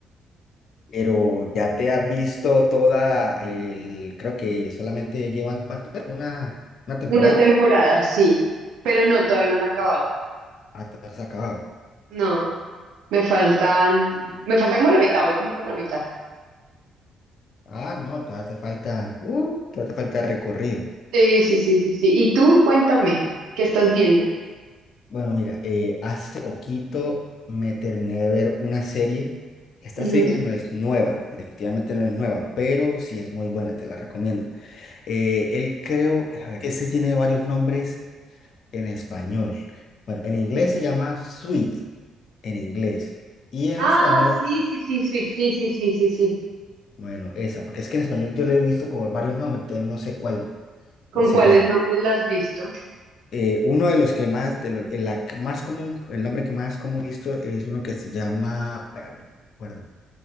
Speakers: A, on the left; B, on the right.
A: Pero ya te has visto toda el, creo que solamente llevan ¿cuánto? es? una, una temporada.
B: Una temporada, sí, pero no, todavía no la he acabado.
A: Ah, te ha acabado.
B: No, me faltan, me falta como la mitad, voy como por la mitad.
A: Ah, no, todavía te falta, uh, todavía te falta recorrido.
B: Sí, sí, sí, sí, sí. Y tú cuéntame, ¿qué estás viendo?
A: Bueno, mira, eh, hace poquito me terminé de ver una serie. Esta
B: Ujú.
A: serie no es nueva, definitivamente no es nueva, pero sí es muy buena, te la recomiendo. Eh, él creo, a ver, ese tiene varios nombres. en español. Bueno, en inglés se llama Sweet, en inglés. Y en
B: Ah,
A: español,
B: sí, sí, sí, sí, sí, sí, sí, sí, sí.
A: bueno, esa, porque es que en español yo le he visto con varios nombres, entonces no sé cuál,
B: ¿Con
A: cuál será.
B: cuáles nombres la has visto?
A: Eh, uno de los que más, de lo- el, la que más común, el nombre que más común he visto es uno que se llama, espérame, no recuerdo,